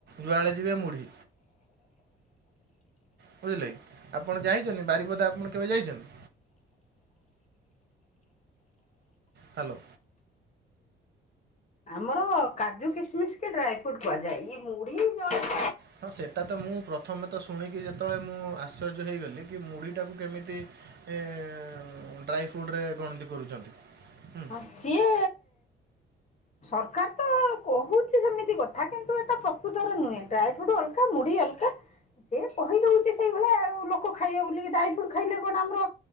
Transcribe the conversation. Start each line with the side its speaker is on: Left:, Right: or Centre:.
Right: ଯୁଆଡ଼େ ଯିବେ ମୁଢ଼ି। ବୁଝିଲେ ଆପଣ ଯାଇଛନ୍ତି ବାରିପଦା ଆପଣ କେବେ ଯାଇଛନ୍ତି? ହ୍ୟାଲୋ।
Left: ଆମର କାଜୁ ଖିସ୍ ମିସ୍ କି ଡ୍ରାଏ ଫୁଡ୍ କୁହାଯାଏ ଇଏ ମୁଢି ଜ
Right: ହଁ ସେଟା ତ ମୁଁ ପ୍ରଥମ ତ ଶୁଣିକି ଯେତେବେଳେ ମୁଁ ଆଶ୍ଚର୍ଯ୍ୟ ହେଇଗଲି କି ମୁଢ଼ି ଟାକୁ କେମିତି ଏଁ ଡା ଡ୍ରାଇ ଫୁଡ୍ ରେ ଗଣତି କରୁଛନ୍ତି। ହୁଁ
Left: ହଁ ସିଏ ସର୍ କାର୍ ତ କହୁଚି ସେମିତି କଥା କିନ୍ତୁ ଏଟା ପ୍ରକୃତର ନୁହେଁ ଡ୍ରାଇ ଫ୍ରୁଟ୍ ଅଲଗା ମୁଢ଼ି ଅଲଗା। ସେ କହିଦଉଚି ସେଇଭଳିଆ ଲୋକ ଖାଇବେ ବୋଲିକି। ଡ୍ରାଇ ଫ୍ରୁଟ୍ସ ଖାଇଲେ କଣ ଆମର